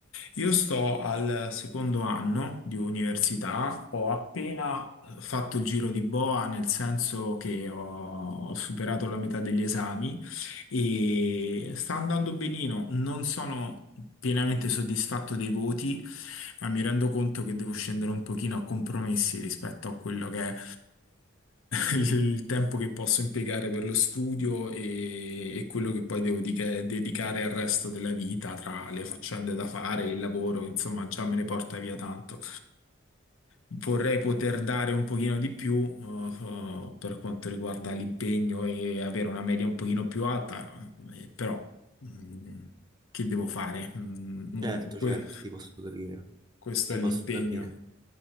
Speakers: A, on the left; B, on the right.
A: Io sto al secondo anno di università, ho appena eh, fatto il giro di boa, nel senso che ho, ho superato la metà degli esami e sta andando benino. Non sono pienamente soddisfatto dei voti, ma mi rendo conto che devo scendere un pochino a compromessi rispetto a quello che è, eh, il il tempo che posso impiegare per lo studio e, e quello che poi devo dica- dedicare al resto della vita, tra le faccende da fare, il lavoro, insomma, già me ne porta via tanto. Vorrei poter dare un pochino di più, eh, eh, per quanto riguarda l'impegno e avere una media un pochino più alta, eh, però, mm, che devo fare? Mm, no,
B: Certo,
A: que-
B: certo, ti posso capire,
A: questo
B: ti
A: è l'impegno.
B: posso capire